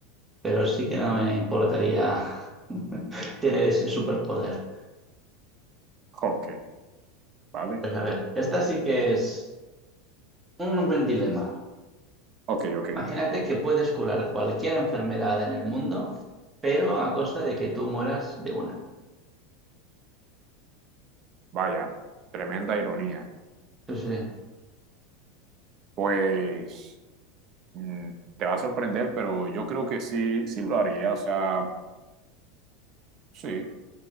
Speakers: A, on the right; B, on the right.
A: pero sí que no me importaría <laughs> tener ese superpoder.
B: ok, vale,
A: Pues a ver, esta sí que es un buen dilema.
B: ok, ok,
A: Imagínate que puedes curar cualquier enfermedad en el mundo, pero a costa de que tú mueras de una.
B: vaya, tremenda ironía.
A: Sí, sí,
B: Pues mm, te va a sorprender, pero yo creo que sí, sí lo haría, o sea, sí,